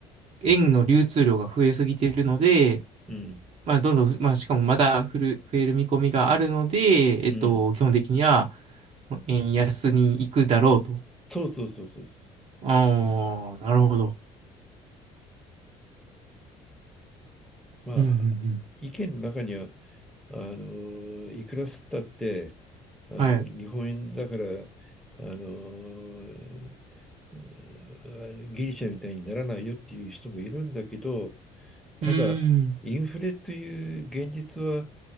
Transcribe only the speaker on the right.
円の流通量が増えすぎているので、
まあ、どんどん、まあ、しかもまだ増る増える見込みがあるので、えっと、
基本的には円安に行くだろうと。
ああ、なるほど。
うんうんうん。
はい。う
ーん。